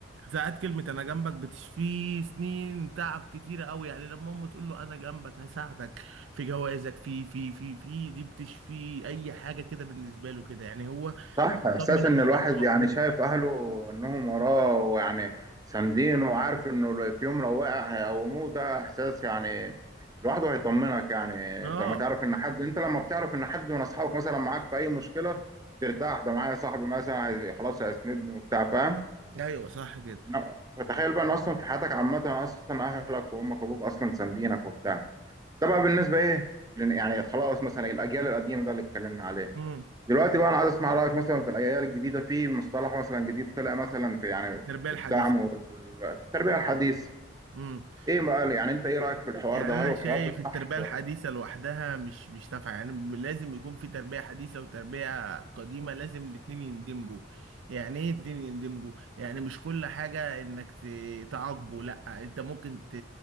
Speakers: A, on the right (about 75°); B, on the right (about 20°).
A: ساعات كلمة أنا جنبك بتشفيه سنين تعب كتيرة أوي يعني لما أمه تقول له أنا جنبك هساعدك في جوازك في في في في دي بتشفيه أي حاجة كده بالنسبة له كده يعني هو
B: صح إحساس
A: طمن عشان
B: إن الواحد
A: ابوه موجود
B: يعني شايف أهله إنهم وراه ويعني ساندينه وعارف إنه لو- في يوم لو وقع هيقوموه ده إحساس يعني لوحده هيطمنك يعني
A: اه
B: أنت لما تعرف إن حد أنت لما بتعرف إن حد من أصحابك مثلا معاك في أي مشكلة ترتاح ده معايا صاحبي مثلا هي- خلاص هيسندني وبتاع فاهم؟
A: ايوه صح كده
B: إنه- فتخيل بقى إن أصلا في حياتك عامة أصلا أهلك وأمك وأبوك أصلا ساندينك وبتاع ده بقى بالنسبه ايه لن- يعني خلاص مثلا الاجيال القديمه ده اللي اتكلمنا عليه
A: امم
B: دلوقتي بقى انا عايز اسمع رايك مثلا في الاجيال الجديده في مصطلح مثلا جديد طلع مثلا في يعني
A: التربيه الحديثه
B: الدعم والتربيه الحديث
A: امم
B: ايه بقى يعني انت ايه رايك في الحوار
A: يعني
B: ده
A: انا
B: هل هو الحوار
A: شايف
B: ده
A: التربيه
B: صح ولا
A: الحديثه لوحدها مش مش نافعه يعني لازم يكون في تربيه حديثه وتربيه قديمه لازم الاتنين يندمجوا يعني ايه اتنين يندمجوا يعني مش كل حاجه انك ت- تعاقبه لا انت ممكن ت-